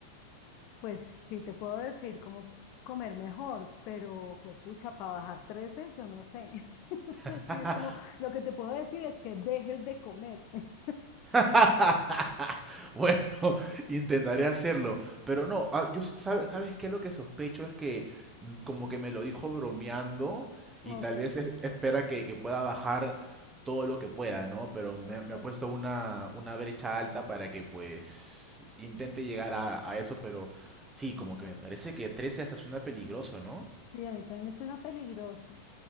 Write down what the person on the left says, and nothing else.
Pues sí, te puedo decir cómo comer mejor, pero juepucha para bajar 13, yo no sé. <laughs> Eso
Sí, es como, lo que te puedo decir es que dejes de comer. <laughs>
Ok,
ok,
ok.
Sí, a mí también me suena peligroso.